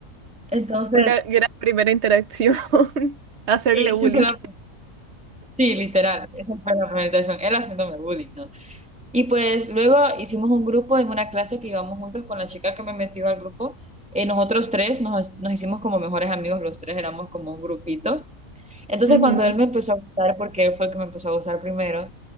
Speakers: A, in the centre; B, on the right.
A: Entonces,
B: Una gran primera interacción. <laughs> Hacerle
A: sí, esa
B: bullying.
A: fue la, sí, literal, esa fue la primera interacción, él haciéndome bullying, ¿no? Y pues luego hicimos un grupo en una clase que íbamos juntos con la chica que me metió al grupo. Eh, nosotros tres nos, nos hicimos como mejores amigos, los tres éramos como un grupito. Entonces
B: Ujú.
A: cuando él me empezó a gustar, porque él fue el que me empezó a gustar primero,